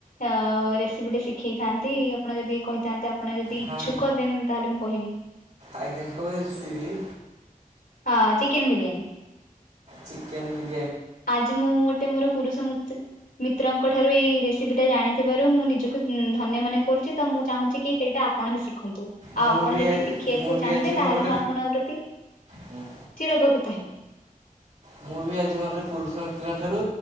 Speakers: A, on the left; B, on the right.
A: ଅ ରେସିପି ଟେ ଶିଖେଇଥାନ୍ତି ଆପଣ ଯ ଯଦି କହିଥାନ୍ତେ ଆପଣ ଯଦି
B: ହଁ
A: ଇଛୁକ ଦେନ ତାହେଲେ ମୁଁ କହିବି।
B: ଆଜ୍ଞା କହୁଥିଲି
A: ହଁ ଚିକେନ ବିରିୟାନୀ।
B: ଚିକେନ ବି
A: ଆଜି ମୁଁ ଗୋଟେ ମୋର ପୁରୁଷ ମୁତ ମିତ୍ରଙ୍କ ଠାରୁ ଏଇ ରେସିପି ଟା ଜାଣିଥିବାରୁ ମୁଁ ନିଜକୁ ଧନ୍ୟ ମନେ କରୁଛି ତ ମୁଁ ଚାହୁଁଛି କି ସେଇଟା ଆପଣ ବି ଶି ଖନ୍ତୁ
B: ମୁଁ
A: ଆଉ ଆପଣ
B: ବି
A: ଯଦି ଶିଖିବାକୁ
B: ମୁଁ ବି
A: ଚାହିଁବେ
B: ଆଜି
A: ତାହେଲେ
B: ମୋର
A: ମୁଁ ଆପଣଙ୍କ ପ୍ରତି
B: ଗୋଟେ
A: ଚିର ଉପକୃତ ହେବି।
B: ମୁଁ ବି ଆଜି ମୋର ପୁରୁଷ ମିତ୍ରଙ୍କ ଠାରୁ